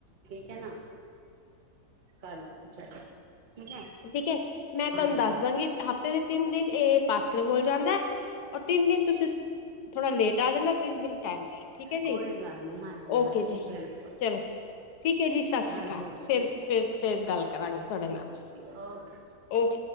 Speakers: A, on the right (about 40°); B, on the left (about 75°).
A: ਠੀਕ ਐ ਨਾ ਕਰ ਲਾਂਗੇ ਸੈੱਟ। ਠੀਕ ਹੈ
B: ਠੀਕ ਐ ਮੈਂ
A: ਹਾਂਜੀ
B: ਤਾਨੂੰ ਦੱਸ ਦਾਂਗੀ ਹਫ਼ਤੇ ਦੇ ਤਿੰਨ ਦਿਨ ਏ ਬਾਸਕਟ ਬੋਲ ਜਾਂਦਾ ਐ ਔਰ ਤਿੰਨ ਦਿਨ ਤੁਸੀਂ ਥੋੜਾ ਲੇਟ ਆ ਜਾਂਣਾ ਤਿੰਨ ਦਿਨ ਟਾਈਮਸੇ। ਠੀਕ ਐ ਜੀ,
A: ਕੋਈ ਗੱਲ ਨਹੀਂ ਹਾਂਜੀ
B: ਓਕੇ
A: ਹਾਂਜੀ
B: ਜੀ
A: ਬਿਲਕੁਲ
B: ਚਲੋ ਠੀਕ ਹੈ ਜੀ, ਸਾਸਰੀਕਾਲ
A: ਹਾਂਜੀ ਸਤਿ
B: ਫੇਰ
A: ਸ਼੍ਰੀ
B: ਫੇਰ, ਫੇਰ ਗੱਲ ਕਰਾਂਗੇ ਤੁਆਡੇ ਨਾਲ।
A: ਹਾਂ
B: ਓਕ